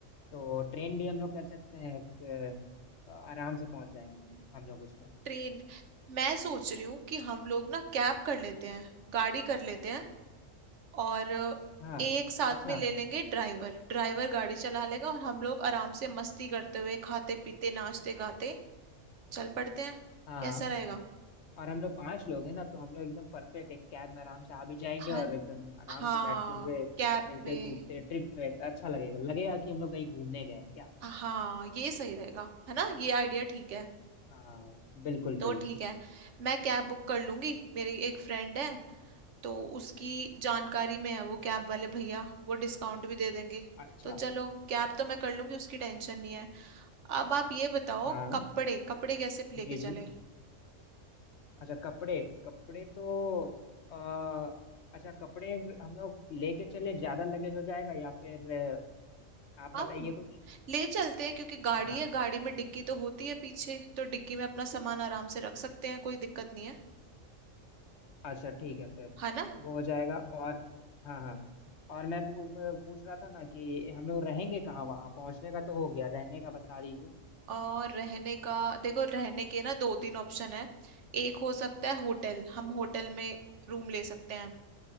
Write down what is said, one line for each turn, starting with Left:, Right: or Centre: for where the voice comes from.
Left: तो ट्रेन भी हम लोग कर सकते हैं क- आराम से पहुंच जाएंगे हम हम लोग उसमें
Right: ट्रेन मैं सोच रही हूँ कि हम लोग ना कैब कर लेते हैं गाड़ी कर लेते हैं और
Left: हाँ
Right: एक साथ
Left: अच्छा
Right: में ले लेंगे ड्राइवर ड्राइवर गाड़ी चला लेगा और हम लोग आराम से मस्ती करते हुए खाते पीते नाचते गाते चल पड़ते हैं
Left: हाँ
Right: कैसा
Left: हाँ
Right: रहेगा
Left: और हम लोग पांच लोग हैं ना तो हम लोग एकदम परफेक्ट एक कैब में आराम से आ भी जाएंगे
Right: हाँ
Left: और एकदम आराम
Right: हाँ
Left: से बैठते हुए खेलते
Right: कैब में
Left: कूदते ट्रिप पे अच्छा लगेगा लगेगा कि हम लोग कहीं घूमने गए हैं क्या
Right: हाँ ये सही रहेगा है ना ये आइडिया ठीक है
Left: हाँ बिल्कुल
Right: तो
Left: बिल्कुल
Right: ठीक है मैं कैब बुक कर लूंगी मेरी एक फ्रेंड है तो उसकी जानकारी में है वो कैब वाले भैया वो डिस्काउंट भी दे देंगे
Left: अच्छा
Right: तो चलो कैब तो मैं कर लूंगी उसकी टेंशन नहीं है अब आप ये बताओ
Left: हाँ
Right: कपड़े कपड़े कैसे लेके
Left: जी
Right: चले
Left: जी अच्छा कपड़े कपड़े तो आ, अच्छा कपड़े हम लोग लेके चले ज्यादा लगेज हो जाएगा या फिर अ, आप बताइए
Right: हम
Left: कुछ
Right: ले चलते हैं क्योंकि गाड़ी
Left: हाँ
Right: है गाड़ी में डिग्गी तो होती है पीछे तो डिग्गी में अपना सामान आराम से रख सकते हैं कोई दिक्कत नहीं है
Left: अच्छा ठीक है फिर
Right: है ना
Left: वो हो जाएगा और हाँ हाँ और मैं पू, पूछ रहा था ना कि हम लोग रहेंगे कहाँ वहाँ पहुँचने का तो हो गया रहने का बता दीजिए
Right: और रहने का देखो रहने के ना दो तीन ऑप्शन है एक हो सकता है होटल हम होटल में रूम ले सकते हैं